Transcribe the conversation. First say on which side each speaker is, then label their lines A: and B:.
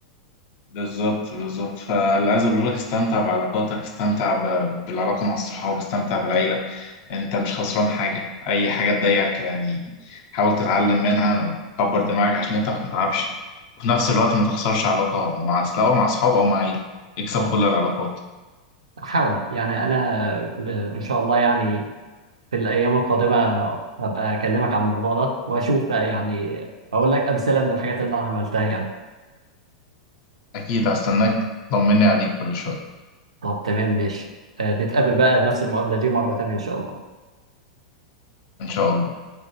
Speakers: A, on the left; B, on the right.
A: بالظبط بالظبط فاللي عايز اقول لك استمتع بعلاقاتك استمتع ب- بالعلاقه مع الصحاب استمتع بالعيله انت مش خسران حاجه اي حاجه تضايقك يعني حاول تتعلم منها كبر دماغك عشان انت ما تتعبش وفي نفس الوقت ما تخسرش علاقه مع سواء مع اصحاب او مع عيله اكسب
B: اه
A: كل العلاقات
B: حاول يعني انا ب- ان شاء الله يعني في الأيام القادمة هبقى أكلمك على الموضوع ده وأشوف بقى يعني أقول لك أمثلة من الحاجات اللي أنا عملتها يعني
A: اكيد هستناك طمني عليك كل شويه
B: طب تمام ماشي آه، نتقابل بقى نفس المقابلة دي مرة تانية إن شاء الله
A: ان شاء الله